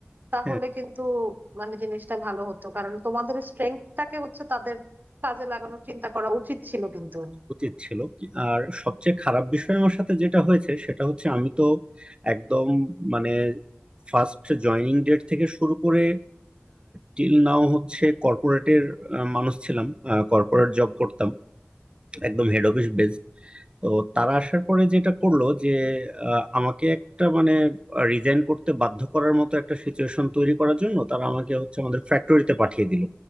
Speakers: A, on the right; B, on the right.
A: তাহলে
B: হ্যাঁ
A: কিন্তু মানে জিনিসটা ভালো হতো কারণ তোমাদের স্ট্রেংথটাকে হচ্ছে তাদের কাজে লাগানোর চিন্তা করা উচিত ছিল কিন্তু
B: উচিত ছিল কি- আর সবচেয়ে খারাপ বিষয় আমার সাথে যেটা হয়েছে সেটা হচ্ছে আমি তো একদম মানে ফার্স্ট জয়নিং ডেট থেকে শুরু করে টিল নাও হচ্ছে কর্পোরেটের মানুষ ছিলাম কর্পোরেট জব করতাম একদম হেড অফিস বেস তো তারা আসার পরে যেটা করলো যে আহ, আমাকে একটা মানে রিজাইন করতে বাধ্য করার মতো একটা সিচুয়েশন তৈরি করার জন্য তারা আমাকে হচ্ছে আমাদের ফ্যাক্টরিতে পাঠিয়ে দিল